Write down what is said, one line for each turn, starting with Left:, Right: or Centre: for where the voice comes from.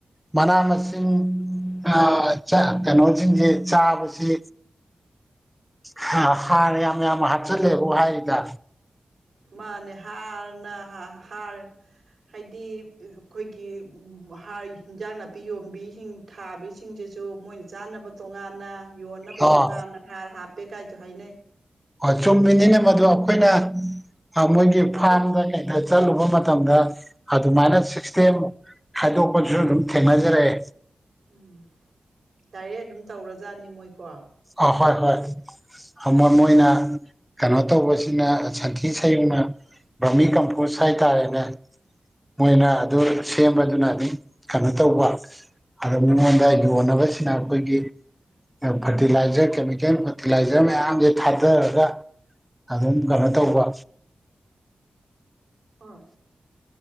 Centre: ꯃꯅꯥ ꯃꯁꯤꯡ ꯑꯥ ꯆ ꯀꯩꯅꯣꯁꯤꯡꯁꯦ ꯆꯥꯕꯁꯦ ꯍꯥ ꯍꯥꯔ ꯌꯥꯝ ꯌꯥꯝ ꯍꯥꯞꯆꯜꯂꯦꯕꯨ ꯍꯥꯏꯔꯤꯗ
Right: ꯃꯥꯅꯦ ꯍꯥꯔꯅ ꯍꯥ ꯍꯥꯔ ꯍꯥꯏꯗꯤ ꯑꯩꯈꯣꯏꯒꯤ ꯍꯥ ꯍꯤꯟꯖꯥꯡ ꯅꯥꯄꯤ ꯌꯣꯟꯕꯤꯁꯤꯡ ꯊꯥꯕꯤꯁꯤꯡꯖꯦ ꯁꯨ ꯃꯣꯏꯅ ꯆꯥꯅꯕ ꯇꯣꯉꯥꯟꯅ ꯌꯣꯟꯅꯕ
Centre: ꯑꯣ
Right: ꯇꯣꯉꯥꯟꯅ ꯍꯥꯔ ꯍꯥꯞꯄꯦ ꯀꯥꯏꯁꯨ ꯍꯥꯏꯅꯩ
Centre: ꯍꯣꯏ ꯆꯨꯝꯃꯤꯅꯤꯅꯦ ꯃꯗꯨ ꯑꯩꯈꯣꯏꯅ ꯑꯥ ꯃꯣꯏꯒꯤ
Right: ꯃꯗꯨ
Centre: ꯐꯥꯝꯗ ꯀꯩꯗ ꯆꯠꯂꯨꯕ ꯃꯇꯝꯗ ꯑꯗꯨꯃꯥꯏꯅ ꯁꯤꯁꯇꯦꯝ ꯈꯥꯏꯗꯣꯛꯄꯁꯨ ꯑꯗꯨꯝ ꯊꯦꯡꯅꯖꯔꯛꯑꯦ
Right: ꯎꯝ ꯗꯥꯏꯔꯦꯛ ꯑꯗꯨꯝ ꯇꯧꯔꯖꯥꯠꯅꯤ ꯃꯣꯏꯀꯣ
Centre: ꯑ ꯍꯣꯏ ꯍꯣꯏ ꯑꯃ ꯃꯣꯏꯅ ꯀꯩꯅꯣ ꯇꯧꯕꯁꯤꯅ ꯁꯟꯊꯤ ꯁꯩꯌꯨꯡꯅ ꯕꯔꯃꯤ ꯀꯝꯄꯣꯁ ꯍꯥꯏꯇꯥꯔꯦꯅꯦ ꯃꯣꯏꯅ ꯑꯗꯨ ꯁꯦꯝꯕꯗꯨꯅꯅꯤ ꯀꯩꯅꯣ ꯇꯧꯕ ꯑꯗꯣ ꯃꯤꯉꯣꯟꯗ ꯌꯣꯟꯅꯕꯁꯤꯅ ꯑꯩꯈꯣꯏꯒꯤ ꯐꯔꯇꯤꯂꯥꯏꯖꯔ ꯀꯦꯃꯤꯀꯦꯜ ꯐꯔꯇꯤꯂꯥꯏꯖꯔ ꯃꯌꯥꯝꯁꯦ ꯊꯥꯗꯔꯒ ꯑꯗꯨꯝ ꯀꯩꯅꯣ ꯇꯧꯕ
Right: ꯍꯣꯏ